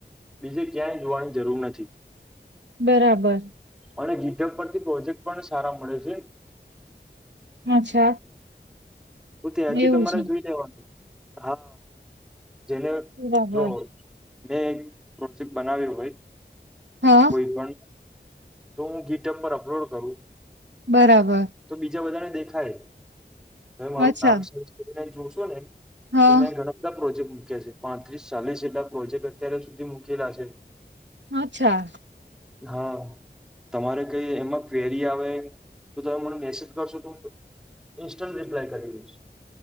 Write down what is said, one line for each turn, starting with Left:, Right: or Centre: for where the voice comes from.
Centre: બીજે ક્યાંય જોવાની જરૂર નથી
Right: બરાબર
Centre: અને ગીટર પરથી પ્રોજેક્ટ પણ સારા મળે છે.
Right: અચ્છા
Centre: હું ત્યાંથી
Right: એવું
Centre: તમારે
Right: છે
Centre: જોય હા જેને
Right: બરાબર
Centre: જો મેં એક પ્રોજેક્ટ બનાવ્યું હોય,
Right: હા
Centre: કોઈ પણ. તો હું ગીટબ પર અપલોડ કરું.
Right: બરાબર
Centre: તો બીજા બધાને દેખાય, તમે મારું
Right: અચ્છા
Centre: નામર્ચ કરીને જોશો. ને,
Right: હા.
Centre: મે ઘણા બધા પ્રોજેકટ મુક્યા છે, પાંત્રીસ ચાલીસ જેટલા પ્રોજેક્ટ અત્યાર સુધી મૂકેલા છે.
Right: અચ્છા.
Centre: હા. તમારે કઈ એમાં ક્વેરી આવે તો તમે મને મેસેજ કરશો તો હું ઇન્સ્ટન્ટન્ટ રિપ્લાય કરી દઈશ.